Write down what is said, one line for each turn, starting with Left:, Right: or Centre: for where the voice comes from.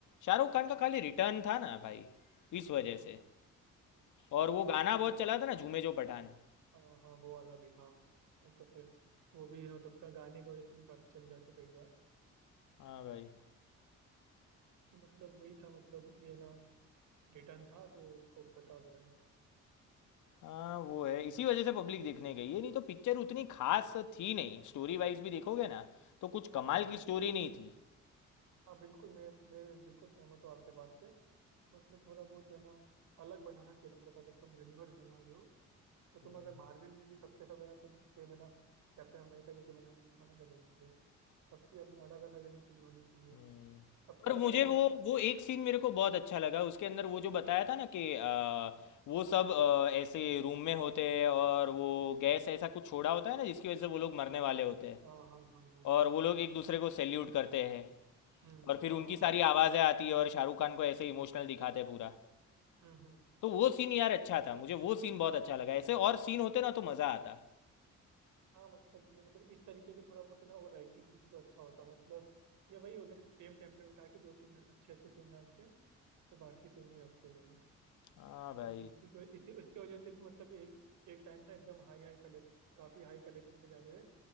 Left: शाहरुख खान का खाली रिटर्न था ना भाई इस वजह
Right: हम्म
Left: से और वो
Right: हाँ
Left: गाना
Right: वो भी
Left: बहुत
Right: है
Left: चला था ना झूमे जो पठान
Right: हाँ हाँ वो वाला भी हाँ है तो फिर वो भी मतलब का गाने की वजह से भी काफी चल जाते कई बार
Left: हाँ भाई
Right: तो मतलब वही था मतलब ये ना रिटर्न था तो उसको बता दो है ना
Left: हाँ वो है इसी वजह से पब्लिक देखने गई है नहीं तो पिक्चर उतनी खास थी नहीं स्टोरी वाइज भी देखोगे ना तो कुछ
Right: हाँ
Left: कमाल
Right: हाँ
Left: की स्टोरी
Right: बिल्कुल
Left: नहीं थी
Right: हाँ बिल्कुल मैं मैं बिल्कुल सहमत हूँ आपके बात से मतलब थोड़ा बहुत है ना अलग बनाना चाहिए था मतलब अगर तुम यूनिवर्स बना रहे हो तो तुम
Left: हम्म,
Right: अगर मार्वल में भी सबके सब है ना तुम सेम है ना कैप्टन अमेरिका जैसे बना लोगे तो ना चलेगी फिर सबकी अपनी अलग अलग है ना चीज होनी चाहिए
Left: हम्म।
Right: सबकी
Left: पर
Right: अलग
Left: मुझे
Right: अलग है
Left: वो
Right: ना
Left: वो एक सीन मेरे को बहुत अच्छा लगा उसके अंदर वो जो बताया था ना कि अ, वो सब अ, ऐसे रूम में होते हैं और वो गैस ऐसा कुछ छोड़ा होता है ना जिसकी वजह से वो लोग मरने
Right: हाँ
Left: वाले होते हैं
Right: हाँ हाँ हाँ हाँ हाँ।
Left: और वो लोग एक दूसरे को सैल्यूट करते हैं
Right: हम्म,
Left: और फिर
Right: हाँ
Left: उनकी
Right: हाँ
Left: सारी
Right: हाँ
Left: आवाज़ें आती है और शाहरुख खान को ऐसे इमोशनल दिखाते हैं पूरा
Right: हम्म हम्म
Left: तो वो सीन यार अच्छा था मुझे वो सीन बहुत अच्छा लगा ऐसे और सीन होते ना तो मज़ा आता
Right: हाँ मतलब ये मतलब इस तरीके के थोड़ा बहुत है ना और राइटिंग होती तो अच्छा होता मतलब ये वही हो गया ना सेम टेम्पलेट उठा के दो तीन अच्छे अच्छे सीन डालते हैं फिर बाकी सेम ही रखते हैं ये लोग
Left: हाँ भाई
Right: तो इसी के इसी इसकी वजह से भी मतलब एक एक टाइम था एकदम हाई हाई कलेक्शन काफी हाई कलेक्शन पे जाते थे